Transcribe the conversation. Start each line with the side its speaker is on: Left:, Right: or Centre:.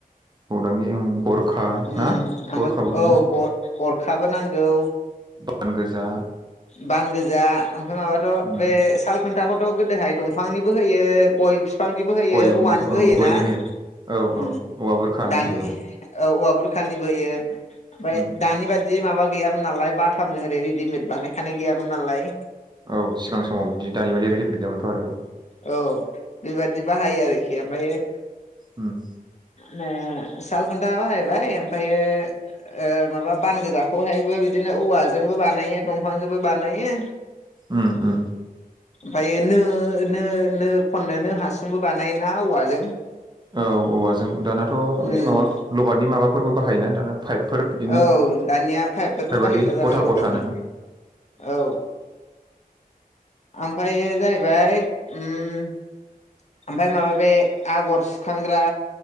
Right: बौदांगि औ गरखा
Left: ओम
Right: ना
Left: ओमफ्राय
Right: गरखाबो होयोना
Left: औ ग गर खाबो नांगौ
Right: बान गोजा
Left: बान गोजा ओमफ्राय माबाथ'
Right: उम
Left: बे साल खुन्थाखौथ' गोदोहाय दंफांनिबो होयो गय फि फांनिबो होयो
Right: गयनि
Left: औवानिबो
Right: औ
Left: होयो
Right: गयनि
Left: ना।
Right: औ
Left: उम
Right: औ औवा बुरखानि
Left: दानि
Right: होयो
Left: औ औवा बुरखानिबो होयो ओमफ्राय
Right: औ
Left: दानि बादि दि माबा गैयामोन नालाय बाथामजों ओरै रेदिमेद बानाय खानाय गैयामोन नालाय
Right: औ सिगां समाव बिदि दानि बादि रेडिमेद गैयामोनथ' आरो
Left: औ बेबादि बाहायो आरोखि ओमफ्रायो
Right: होम
Left: नो साल खुन्था बाहायबाय ओमफ्रायो ओ माबा बान गोजाखौहायबो बिदिनो औवाजोंबो बानायो दं फांजोंबो बानायो
Right: उम उम
Left: ओमफ्रायो नो नो नो खननोनो हासुंबो बानायोना औवाजों
Right: औ औवाजों दानाथ' ओइ
Left: उम
Right: माबा लबारनि माबा फोरबो बाहायोना दाना पाइपफोर बिदिनो
Left: औ दानिया पाइपफोरबो
Right: बेबायदि
Left: बाहायग्रा जाबाय
Right: गथा
Left: लबारनि
Right: गथानो
Left: औ ओमफ्राय जाहैबाय उम ओमफ्राय माबा बे आगर सुखांग्रा